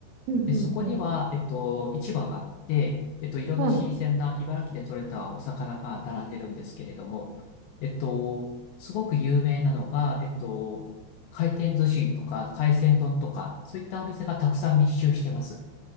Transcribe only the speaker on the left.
で、そこには、
えっと、市場があって、えっと、いろんな新鮮な茨城で採れたお魚が並んでるんですけれども、
えっと、すごく有名なのが、えっと、回転寿司とか海鮮丼とか、そういったお店がたくさん密集してます。